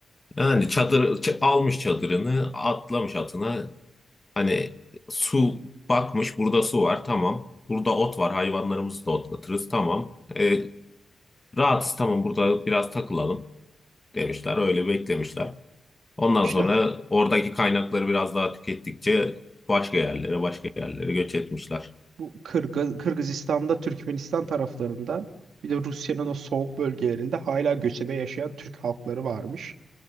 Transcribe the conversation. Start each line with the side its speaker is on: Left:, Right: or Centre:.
Left: Yani çadır ç- almış çadırını, atlamış atına. Hani su bakmış burada su var tamam. Burada ot var hayvanlarımızı da otlatırız tamam. E, Rahatsız tamam burada biraz takılalım demişler. Öyle beklemişler. Ondan
Right: İşte
Left: sonra oradaki kaynakları biraz daha tükettikçe başka yerlere başka yerlere göç etmişler.
Right: bu Kırgı- Kırgızistan'da, Türkmenistan taraflarında bir de Rusya'nın o soğuk bölgelerinde hala göçebe yaşayan Türk halkları varmış.